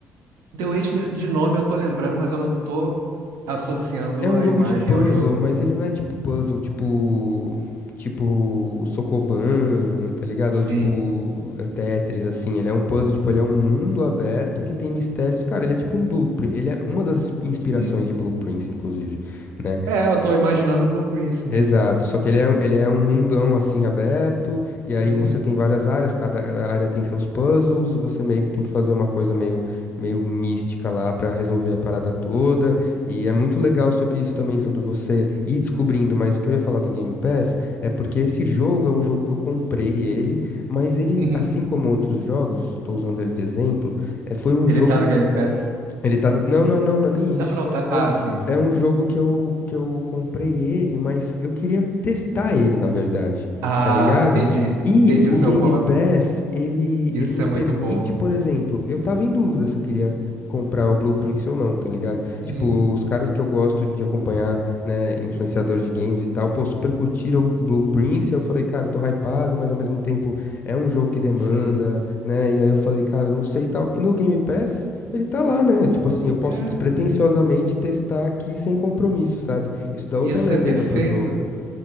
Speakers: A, on the right; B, on the left.
A: The Witness de nome eu tô lembrando, mas eu não tô associando
B: É um
A: a
B: jogo
A: imagem
B: de puzzle,
A: ao jogo.
B: mas ele não é tipo puzzle,
A: Sim.
B: tipo. Tipo Socoban,
A: O-
B: tá ligado?
A: Sim.
B: Ou tipo é Tetris, assim. Ele é um puzzle, tipo, ele é um mundo aberto que tem mistérios. Cara, ele é tipo um blueprint. Ele é uma das ins- inspirações
A: Sim.
B: de blueprints, inclusive, né?
A: É, eu tô imaginando o Blue Prince
B: Exato,
A: mesmo.
B: só que ele é, ele é um mundão assim aberto, e aí
A: Uhum.
B: você tem várias áreas, cada área tem seus puzzles, e você meio que tem que fazer uma coisa meio, meio mística lá pra resolver a parada toda. E é muito legal sobre isso também, sobre você ir descobrindo. Mas o que eu ia falar do Game Pass é porque esse jogo é um jogo que eu comprei ele, mas ele,
A: Uhum.
B: assim como outros jogos, estou usando ele de exemplo, é, foi um
A: Ele
B: jogo
A: tá no Game Pass.
B: ele tá no... Não, não, não, não é nem isso.
A: Não, não tá.
B: É
A: Ah,
B: um,
A: sim, sim.
B: é um jogo que eu, que eu comprei ele, mas eu queria testar ele, na verdade.
A: Ah,
B: Tá ligado?
A: entendi.
B: E
A: Entendi
B: o
A: o seu
B: Game
A: ponto.
B: Pass, ele,
A: Isso
B: ele me
A: é
B: permite,
A: muito bom.
B: por exemplo, eu tava em dúvida se eu queria comprar o Blue Prince ou não, tá ligado?
A: Uhum.
B: Tipo, os caras que eu gosto de acompanhar, né, influenciadores de games e tal, pô, super curtiram Blue Prince, eu falei, cara, tô hypado, mas ao mesmo tempo é um jogo que demanda,
A: Sim.
B: né? E aí eu falei, cara, não sei e tal. E no Game Pass. Ele tá lá, né? Tipo assim, eu posso
A: É.
B: despretensiosamente testar aqui sem compromisso, sabe? Isso dá outra
A: Isso
B: leveza
A: é perfeito.
B: pro jogo.